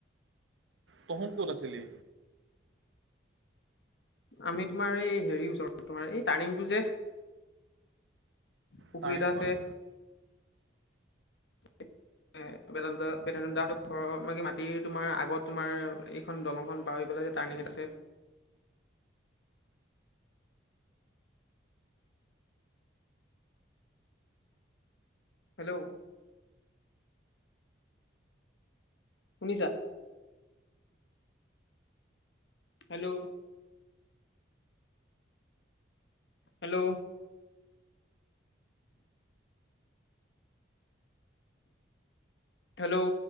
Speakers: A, on the right; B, on the left.
A: তহোন ক'ত আছিলি।
B: আমি তোমাৰ এই হেৰিৰ ওচৰত তোমাৰ এই টাৰ্ণিংটো যে। পুখুৰী
A: টাৰ্ণিংটো
B: এটা আছে।
A: মানে?
B: <inaudible> এ বেদ বেদান্ত দাৰ হঁতৰ ঘৰৰ মাটি তোমাৰ আগত তোমাৰ এইখন দলংখন পাৰ হৈ। টাৰ্ণিং এটা আছে। হেল্ল'। শুনিছা। হেল্ল'। হেল্ল'। হেল্ল'।